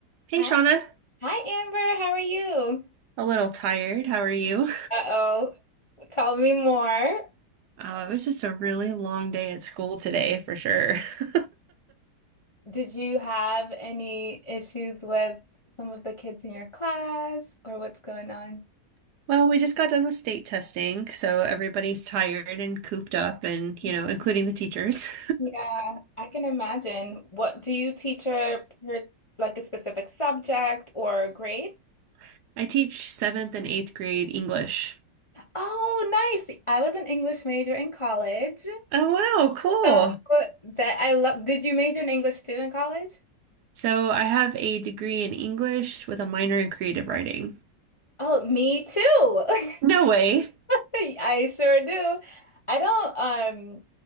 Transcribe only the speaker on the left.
Hi,
hi Amber, how are you?
Uh-oh, tell me more.
Did you have any issues with some of the kids in your class or what's going on?
Yeah,
Yeah, I can imagine. What do you teach her per- like a specific subject or grade?
Oh, nice. I was an English major in college.
So that I love. Did you major in English too in college?
Oh, me too.
<laughs>
<laughs> I sure do. I don't um